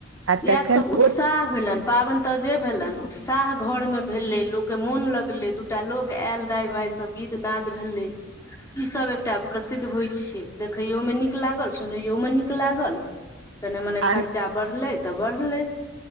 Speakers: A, on the right; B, on the left.
A: आ
B: इएह
A: तखन
B: सब उत्साह
A: ओ
B: भेलइन पाबइन तऽ, जे भेलइन उत्साह घर मे भेलै लोक के मोन लगलै दू एकटा लोक आयल दाय माय सब गीत नाद भेलै। ई सब एकटा प्रसिद्ध होइ छै, देखैयोमे नीक लागल सुनैयौ मे नीक लागल कनि मने
A: आ
B: खर्चा बढ़लै तऽ, बढ़लै।